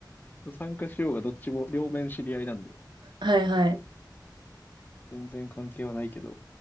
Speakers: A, on the left; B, on the right.
A: 参加しようがどっちも両面知り合いなんで、
B: はいはい。
A: 全然関係はないけど。